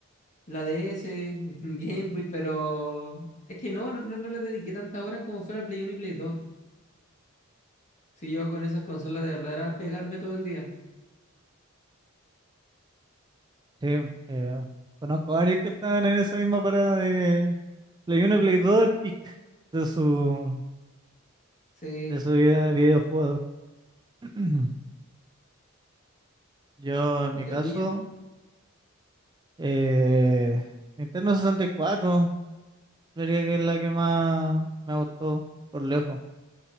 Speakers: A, on the left; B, on the right.
A: la DS, <laughs> Game Boy, pero es que no, no, no no le dediqué tantas horas como fuera Play 1 y Play 2. Si yo con esas consolas de verdad era pegarme todo el día.
B: Sí, eh, conozco varios que estaban en esa misma parada de Play 1 y Play 2 del pic de su,
A: Sí.
B: de su vida de videojugador. <clears throat> Yo en
A: ¿Y
B: mi
A: la
B: caso,
A: tuya?
B: eh, Nintendo 64, diría que es la que más me gustó por lejos.